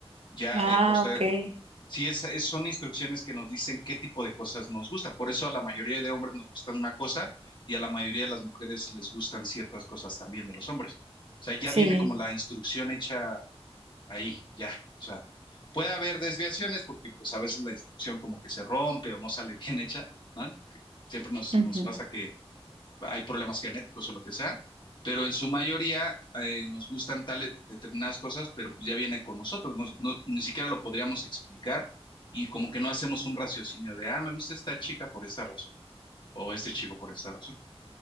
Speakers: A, on the left; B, on the right.
A: ya,
B: Ah,
A: eh, o sea,
B: ok.
A: sí es, es- son instrucciones que nos dicen qué tipo de cosas nos gusta. Por eso a la mayoría de hombres nos gustan una cosa y a la mayoría de las mujeres les gustan ciertas cosas también de los hombres. O sea, ya
B: Sí.
A: viene como la instrucción hecha ahí, ya. O sea, puede haber desviaciones porque pues a veces la instrucción como que se rompe o no sale <laughs> bien hecha, ¿no? Siempre nos,
B: ujú.
A: nos pasa que hay problemas genéticos o lo que sea, pero en su mayoría eh, nos gustan tales determinadas cosas, pero pues ya viene con nosotros, nos- no- ni siquiera lo podríamos explicar y como que no hacemos un raciocinio de, ah, me gusta esta chica por esta razón o este chico por esta razón.